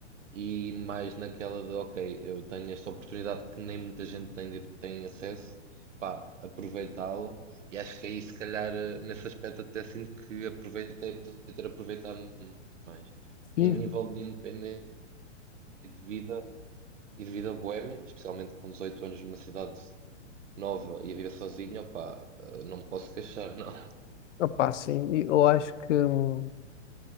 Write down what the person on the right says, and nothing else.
e mais naquela de ok, eu tenho esta oportunidade que nem muita gente tem, de- tem acesso, pá, aproveitá-la. E acho que aí se calhar eh, nesse aspecto até sinto que aproveitei, podia ter aproveitado mais.
Em nível de independência e de vida e de vida boémia, especialmente com 18 anos numa cidade nova e a viver sozinho, opá, eh, não me posso queixar, não.